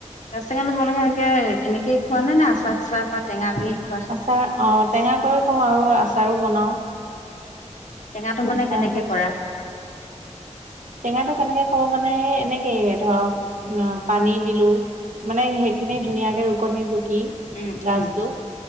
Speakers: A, on the left; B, on the right.
A: ত টেঙা টো তোমালোকে এনেকে এনেকে খোৱা নাই নে আচা চচা বা টেঙা কৰি খোৱা
B: আচাৰ অ টেঙা কৰি থওঁ আৰু আচাৰো বনাও
A: টেঙাটো মানে কেনেকে
B: থৈছোঁ
A: কৰা
B: টেঙাটো কেনেকে কৰো মানে এনেকে ধৰক পানী দিলো মানে সেইখিনি ধুনীয়াকে ৰুকনি ৰুকি দি
A: উম
B: গাজটো
A: উম